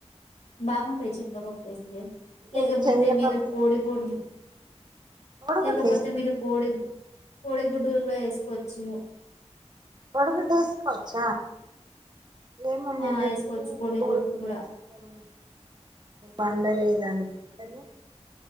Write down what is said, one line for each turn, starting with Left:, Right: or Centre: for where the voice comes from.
Left: బాగుంటది శనగపప్పు వేస్తే
Right: అంటే
Left: లేకపోతే
Right: శనగపప్పు
Left: మీరు కోడి గుడ్
Right: కోడిగుడ్డు
Left: లేకపోతే
Right: ఏస్తారా
Left: మీరు కోడి గుడ్ కోడి గుడ్డు కూడా వేసుకోచ్చు.
Right: కొడీగుడ్డు వేసుకోవచ్చ. ఏమో మేము
Left: ఆ వేసుకోవచ్చు
Right: ఎప్పుడు
Left: కోడిగుడ్లు
Right: కోడి గుడ్డు
Left: కూడా
Right: ఎస్తలేము. వండలేదు అందుకనే